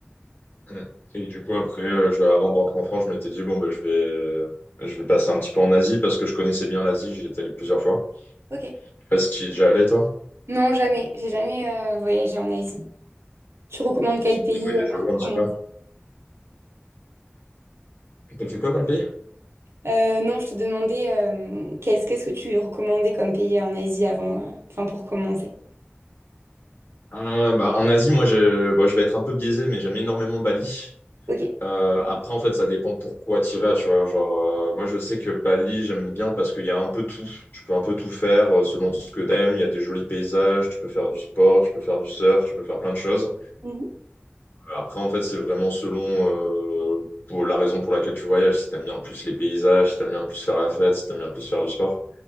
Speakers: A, on the left; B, on the right.
A: Mm. Et du coup, après, euh, je- avant de rentrer en France, je m'étais dit, bon, ben, je vais, euh, je vais passer un petit peu en Asie parce que je connaissais bien l'Asie, j'y étais allé plusieurs fois.
B: Ok.
A: Je sais pas si tu y es déjà allé, toi?
B: Non, jamais. J'ai jamais euh, voyagé en Asie. Tu recommandes quel pays?
A: T'as voyagé
B: euh,
A: où
B: pour
A: un petit
B: commencer
A: peu? T'as fait quoi comme pays?
B: Euh, non, je te demandais euh, qu'est-ce qu'est-ce que tu recommandais comme pays en Asie avant, euh, enfin pour commencer.
A: Euh, bah, en Asie, moi, je, bon, je vais être un peu biaisé, mais j'aime énormément Bali.
B: Ok.
A: Euh, après, en fait, ça dépend pourquoi tu vas, tu vois. Genre, euh, moi, je sais que Bali, j'aime bien parce qu'il y a un peu tout. Tu peux un peu tout faire euh, selon ce que t'aimes. Il y a des jolis paysages, tu peux faire du sport, tu peux faire du surf, tu peux faire plein de choses.
B: Mhm.
A: Après, en fait, c'est vraiment selon euh, pour la raison pour laquelle tu voyages. Si t'aimes bien plus les paysages, si t'aimes bien plus faire la fête, si t'aimes bien plus faire du sport.